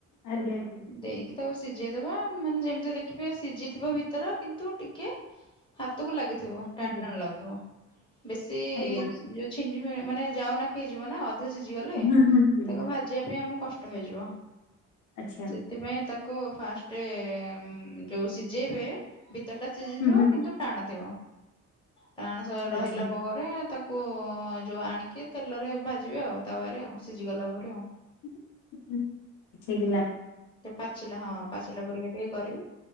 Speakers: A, on the left (about 75°); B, on the left (about 15°).
A: ଆଜ୍ଞା ଆଜ୍ଞା
B: ଦେଇକି ତାକୁ ସିଝେଇ ଦେବା ମାନେ ଯେମିତି ଦେଖିବେ ସିଝିଥିବ ଭିତର କିନ୍ତୁ ଟିକେ ହାତକୁ ଲାଗିଥିବ ଟାଣ
A: ଆଜ୍ଞା
B: ଟାଣ ଲାଗୁଥିବ ବେଶୀ
A: ଆଜ୍ଞା
B: ଯୋଉ ଛିନି <unintelligible> ମାନେ ଯାଉ ନାଖି ହେଇଯିବ ନା ଅଧିକ ସିଝି ଗଲେ।
A: ହୁଁ ହୁଁ
B: ତାକୁ
A: ହୁଁ।
B: ଭାଜିବା ପାଇଁ ଆମକୁ କଷ୍ଟ ହେଇଯିବ।
A: ଆଚ୍ଛା।
B: ସେଥିପାଇଁ ତାକୁ ଫାଷ୍ଟେ ଉଁ ଯୋଉ ସିଝେଇବେ ଭିତର ଟା ସିଝିଥିବ
A: ହୁଁ ହୁଁ
B: କିନ୍ତୁ ଟାଣଥିବ ଟାଣ ଶ୍ ରହିଲା
A: ଆଚ୍ଛା
B: ପରେ ତାକ କୋ ଯୋଉ ଆଣିକି ତେଲରେ ଭାଜିବେ ଆଉ ତାୱରେ ଆଉ ସିଝି ଗଲା ପରେ ଆଉ
A: ହୁଁ ହୁଁ ହୁଁ <unintelligible>
B: ଟିକେ ପାଚିଲା ହଁ ପାଚିଲା ପରିକା ଟିକେ କରିବେ